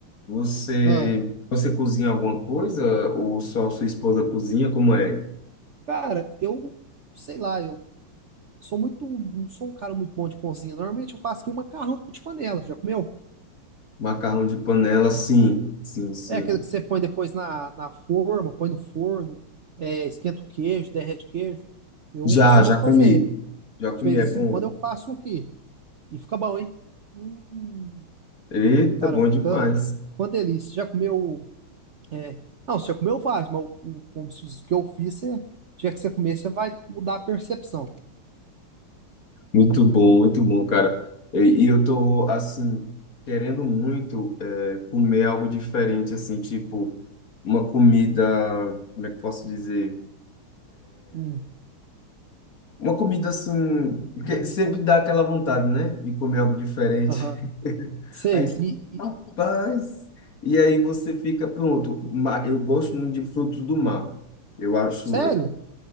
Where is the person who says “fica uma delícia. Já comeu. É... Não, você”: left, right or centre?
Right